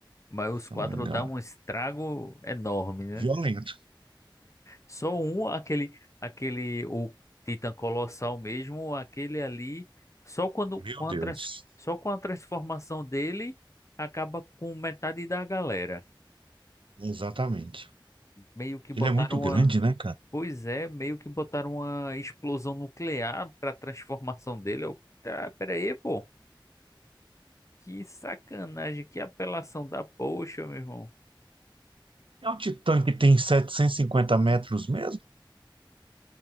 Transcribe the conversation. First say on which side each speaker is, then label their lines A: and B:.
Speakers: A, on the left (about 35°); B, on the right (about 80°).
A: Mas os
B: Se
A: quatro
B: eu não me engano.
A: dão um estrago enorme, né?
B: Violento.
A: Só um, aquele, aquele, o Titã Colossal mesmo, aquele ali, só quando,
B: Meu
A: com
B: Deus.
A: a trans- só com a transformação dele, acaba com metade da galera.
B: Exatamente.
A: Meio que botaram
B: Ele é muito grande,
A: uma.
B: né, cara?
A: Pois é, meio que botaram uma explosão nuclear pra transformação dele. Eu, tá, pera aí, pô. Que sacanagem, que apelação da poxa, meu irmão.
B: É um titã que tem 750 metros mesmo?